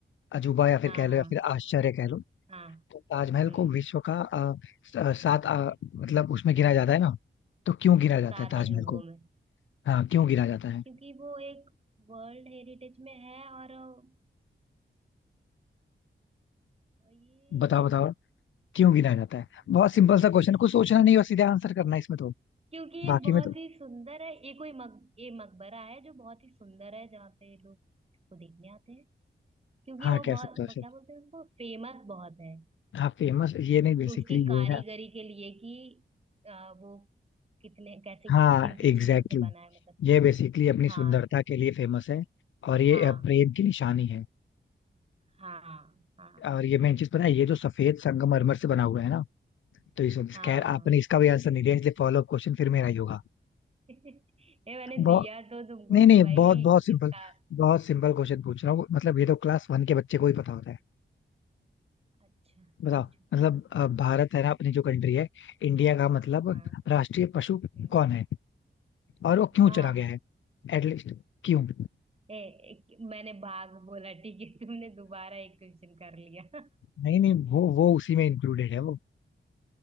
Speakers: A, on the left; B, on the right.
A: अजूबा या फिर
B: हाँ
A: कह
B: हाँ
A: लो या फिर आश्चर्य कह लो
B: हाँ
A: तो ताजमहल
B: हम्म
A: को विश्व का अ, स- अ, सात अ, मतलब उसमें गिना जाता है ना तो क्यों गिना जाता
B: सात
A: है ताजमहल
B: अजूबों
A: को
B: में
A: हाँ क्यों गिना जाता है
B: क्योंकि वो एक वर्ल्ड हेरिटेज में है और अ, ये
A: बताओ बताओ क्यों गिनाया जाता है बहुत सिंपल सा क्वेश्चन कुछ सोचना नहीं और सीधे आंसर करना है इसमें तो
B: क्योंकि ये
A: बाकी
B: बहुत
A: में तो
B: ही सुंदर है ये कोई मक, ये मकबरा है जो बहुत ही सुंदर है जहाँ पे लोग इसको देखने आते हैं क्योंकि
A: हाँ
B: वो बहुत
A: कह सकते हो ऐसे
B: क्या बोलते हैं उसको फेमस बहुत है
A: हाँ फेमस ये नहीं बेसिकली
B: उसकी कारीगरी
A: ये है ना
B: के लिए कि आ, वो कितने कैसे
A: हाँ
B: किन किन
A: एग्जैक्टली
B: चीजों से
A: exactly.
B: बना है मतलब
A: ये बेसिकली अपनी
B: हाँ
A: सुंदरता के लिए फेमस है और ये
B: हाँ
A: अ, प्रेम की
B: एक
A: निशानी है
B: हाँ हाँ
A: और
B: यही
A: ये मेन चीज पता है ये जो सफेद संगमरमर से बना हुआ है ना तो इस वजह से-
B: हाँ
A: खैर
B: हाँ हाँ।
A: आपने इसका भी आंसर नहीं दिया इसलिए फॉलो क्वेश्चन फिर मेरा ही होगा
B: <laughs> ये मैंने दिया
A: बहुत
B: तो तुमको
A: नहीं नहीं
B: कि भाई
A: बहुत बहुत सिंपल
B: इसका
A: बहुत सिंपल क्वेश्चन पूछ रहा हूँ मतलब ये तो क्लास वन के बच्चे को ही पता होता है
B: अच्छा
A: बताओ
B: पूछो पूछो
A: मतलब अ, भारत है ना अपनी जो कंट्री है इंडिया का मतलब
B: हाँ
A: राष्ट्रीय पशु
B: हम्म
A: कौन है और वो क्यों
B: बाघ
A: चला गया है एटलीस्ट क्यों
B: ए, ए- मैंने बाघ बोला ठीक है तुमने दोबारा एक क्वेश्चन कर लिया
A: नहीं नहीं वो वो उसी में इंक्लूडेड है वो